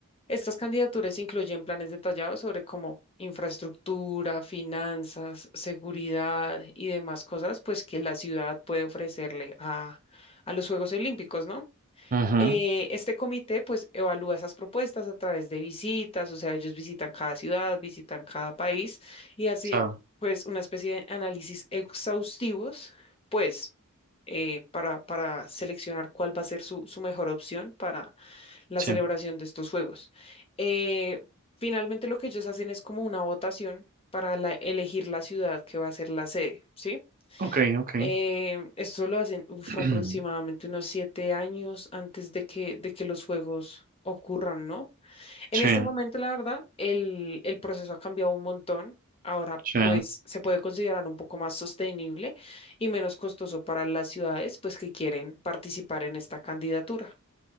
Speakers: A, on the left; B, on the right.
A: Estas candidaturas incluyen planes detallados sobre cómo infraestructura, finanzas, seguridad y demás cosas, pues que la ciudad puede ofrecerle a, a los Juegos Olímpicos, ¿no?
B: Ujú,
A: Eh, este comité pues evalúa esas propuestas a través de visitas, o sea, ellos visitan cada ciudad, visitan cada país y hacen
B: Claro,
A: pues una especie de análisis exhaustivos, pues eh, para, para seleccionar cuál va a ser su, su mejor opción para la
B: sí.
A: celebración de estos juegos. Eh, finalmente lo que ellos hacen es como una votación para la- elegir la ciudad que va a ser la sede, ¿sí?
B: Ok, ok.
A: Eh, esto lo hacen uf,
B: <clears throat>
A: aproximadamente unos siete años antes de que, de que los juegos ocurran, ¿no? En
B: Sí,
A: este momento, la verdad, el, el proceso ha cambiado un montón. Ahora,
B: sí.
A: pues, se puede considerar un poco más sostenible y menos costoso para las ciudades, pues, que quieren participar en esta candidatura.